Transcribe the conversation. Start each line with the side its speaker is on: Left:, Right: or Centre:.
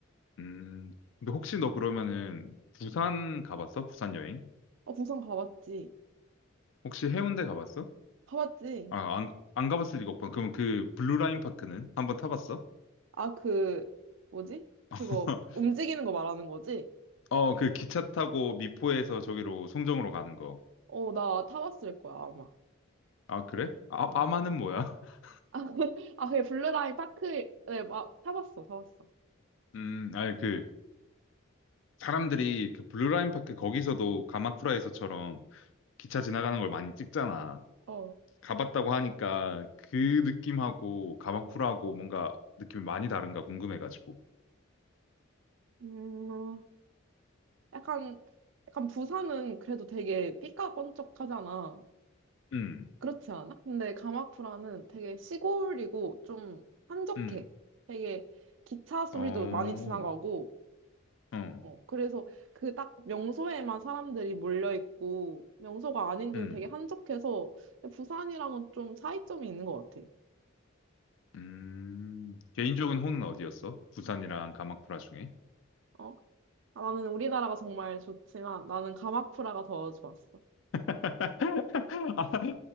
Left: 음. 근데 혹시 너 그러면은 부산 가봤어? 부산 여행?
Right: 어 부산 가봤지?
Left: 혹시 해운대 가봤어?
Right: 가봤지?
Left: 아, 안, 안 가봤을 리가 없구나. 그럼 그 블루라인 파크는 한번 타봤어?
Right: 아, 그, 뭐지? 그거,
Left: <laughs>
Right: 움직이는 거 말하는 거지?
Left: 어, 그 기차 타고 미포에서 저기로 송정으로 가는 거.
Right: 어, 나 타봤을 거야, 아마.
Left: 아, 그래? 아,
Right: 어.
Left: 아마는 뭐야? <laughs>
Right: 아, <laughs> 아, 그게 블루라인 파크에, 막, 타봤어, 타봤어.
Left: 음, 아니 그 사람들이 그 블루라인 파크 거기서도 가마쿠라에서처럼 기차 지나가는 걸 많이 찍잖아.
Right: 어.
Left: 가봤다고 하니까 그 느낌하고 가마쿠라하고 뭔가 느낌이 많이 다른가 궁금해가지고.
Right: 음, 약간, 약간 부산은 그래도 되게 삐까뻔쩍하잖아.
Left: 음,
Right: 그렇지 않아? 근데 가마쿠라는 되게 시골이고 좀 한적해.
Left: 음,
Right: 되게 기차 소리도
Left: 어,
Right: 많이 지나가고,
Left: 어,
Right: 어, 그래서 그 딱 명소에만 사람들이 몰려 있고 명소가 아닌 데는
Left: 음.
Right: 되게 한적해서 부산이랑은 좀 차이점이 있는 것 같아.
Left: 음, 개인적인 호는 어디였어? 부산이랑 가마쿠라 중에?
Right: 어? 아, 나는 우리나라가 정말 좋지만 나는 가마쿠라가 더 좋았어.
Left: <laughs> 아,